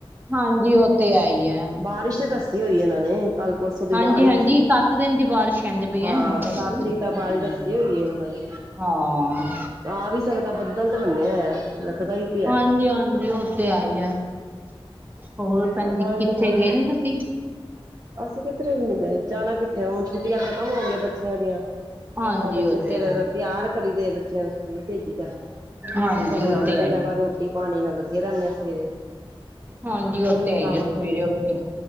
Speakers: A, on the right; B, on the right.
A: ਹਾਂਜੀ, ਉਹ ਤੇ ਐ ਈ ਐ।
B: ਬਾਰਿਸ਼ ਦੇ ਦੱਸ ਸੀ ਹੋਈ ਇਹਨਾਂ ਨੇ ਕੱਲ-ਪਰਸੋਂ ਦੀ
A: ਹਾਂਜੀ
B: ਬਾਰਸ਼ ਹੀ
A: ਹਾਂਜੀ
B: ਦੱਸੀ,
A: ਸੱਤ ਦਿਨ ਦੀ ਬਾਰਿਸ਼ ਕਹਿੰਦੇ ਪਏ
B: ਹਾਂ
A: ਹੈ ਵੈਸੇ
B: ਸੱਤ
A: ਹਮ,
B: ਤਰੀਕ ਤਾਂ ਬਾਰਸ਼ ਹੀ ਦੱਸੀ ਹੋਈ ਹੈ। ਉਹਨਾਂ ਨੇ
A: ਹਾਂ
B: ਆ ਵੀ ਸਕਦਾ ਬੱਦਲ ਤੇ ਬੰਨ੍ਹਿਆ ਹੋਏਐ। <inaudible> ਦਾ ਵੀ ਪਿਆ
A: ਹਾਂਜੀ
B: <inaudible>
A: ਹਾਂਜੀ ਉਹ ਤੇ ਹੈ ਹੀ ਹੈ ਹੋਰ ਭੈਣਜੀ
B: ਹਾਂ ਬਾਰਿਸ਼
A: ਕਿੱਥੇ
B: ਦਾ ਮੌਸਮ
A: ਗਏ ਨੀ ਤੁਸੀਂ?
B: ਅਸੀਂ ਕਿੱਧਰੇ ਵੀ ਨੀ ਗਏ, ਜਾਣਾ ਕਿੱਥੇ ਹੁਣ ਛੁੱਟੀਆਂ ਖਤਮ ਹੋ ਗਈਆਂ ਬੱਚਿਆਂ ਦੀਆਂ।
A: ਹਾਂਜੀ
B: ਬ ਬੱਚੇ
A: ਉਹ
B: ਸਵੇਰੇ
A: ਤੇ ਹੈ
B: ਤਿਆਰ ਕਰੀ ਦੇ ਬੱਚਿਆਂ ਨੂੰ ਸਕੂਲ ਭੇਜੀ ਦਾ
A: ਹਾਂਜੀ
B: ਉਹ ਤਾਂ ਫਿਰ ਆਉਂਦੇ
A: ਤੇ ਹੈ ਹੀ
B: ਆ ਵ
A: ਹੈ।
B: ਰੋਟੀ ਪਾਣੀ ਨਾਲ ਲੱਗੇ ਰਹਿੰਦੇ ਆ ਸਵੇਰੇ।
A: ਹਾਂਜੀ,
B: ਉਹੀ
A: ਉੱਥੇ
B: ਨੀ
A: ਆਈਏ
B: ਕੰਮ
A: ਸਵੇਰੇ
B: ਮੁੱਕਦੇ
A: ਉੱਠ ਕੇ।